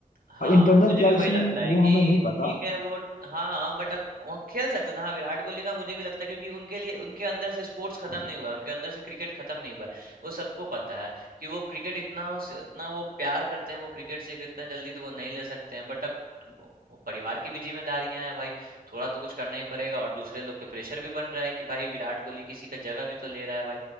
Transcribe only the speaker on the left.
और इंटरनल
क्या
इशू
वो
हमें नहीं पता